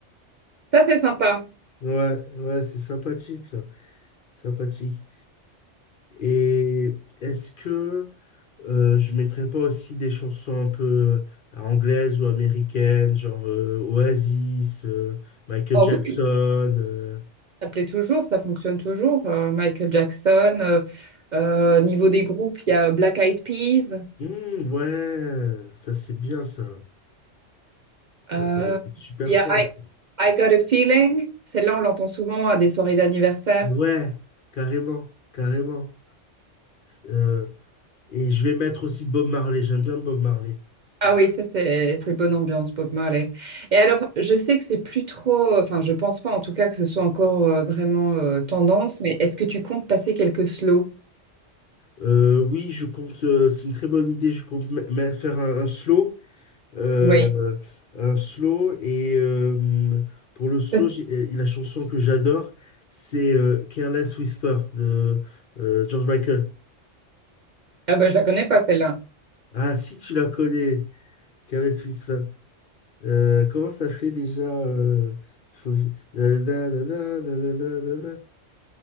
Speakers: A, on the right; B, on the left.
A: Ça, c'est sympa.
B: Ouais, ouais, c'est sympathique, ça. Sympathique. Et est-ce que euh, je mettrais pas aussi des chansons un peu euh, anglaises ou américaines, genre euh, Oasis, euh, Michael
A: Oh
B: Jackson
A: oui,
B: euh,
A: ça plaît toujours, ça fonctionne toujours. Euh, Michael Jackson, euh, euh, niveau des groupes, il y a Black Eyed Peas,
B: Mmh, ouais, ça c'est bien ça. Ouais,
A: euh,
B: ça va être une super
A: il y
B: fête.
A: a I, I Got a Feeling. Celle-là, on l'entend souvent à des soirées d'anniversaire.
B: Ah ouais, carrément, carrément. Euh, et je vais mettre aussi Bob Marley, j'aime bien Bob Marley.
A: Ah oui, ça c'est c'est bonne ambiance, Bob Marley. Et alors, je sais que c'est plus trop, enfin, je pense pas en tout cas que ce soit encore euh, vraiment euh, tendance, mais est-ce que tu comptes passer quelques slow?
B: Euh, oui, je compte, euh, c'est une très bonne idée, je compte me- me faire un, un slow. euh,
A: Oui.
B: un slow, et euh, pour le slow,
A: Ça, c'est-
B: j'ai- euh, la chanson que j'adore, c'est euh, Careless Whisper de euh, George Michael.
A: ah bah, je la connais pas celle-là.
B: Ah, si tu la connais, Careless Whisper. Euh, comment ça fait déjà euh, il faut que je- Nanana, nanana, nanana,